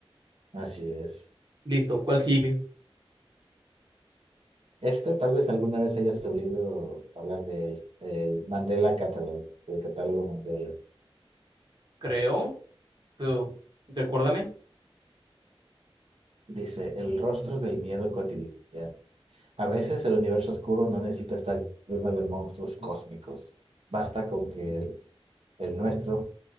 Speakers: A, on the right; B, on the right.
A: Así es.
B: Listo, ¿cuál sigue?
A: Este tal vez alguna vez hayas oído hablar del el Mandela Catalog, el catálogo Mandela.
B: Creo, pero recuérdame.
A: Dice, el rostro del miedo cotidiano. A veces el universo oscuro no necesita estar lleno de monstruos cósmicos. Basta con que el, el nuestro,